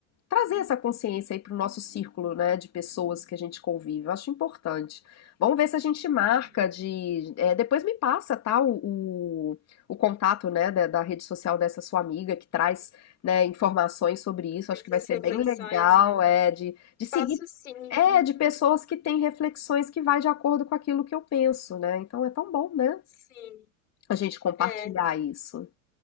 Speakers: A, on the left (about 40°); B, on the left (about 85°).
A: trazer essa consciência aí pro nosso círculo, né, de pessoas que a gente convive. Eu acho importante. Vamos ver se a gente marca
B: Uhum.
A: de. é, depois me passa, tá? O, o contato, né, da, da rede social dessa sua amiga que traz, né, informações sobre isso.
B: Essas
A: Acho que vai ser
B: reflexões,
A: bem legal,
B: né?
A: é, de, de seguir,
B: Faço sim,
A: é,
B: uhum,
A: de pessoas que têm reflexões que vai de acordo com aquilo que eu penso, né? Então é tão bom, né?
B: sim,
A: A gente compartilhar
B: é,
A: isso.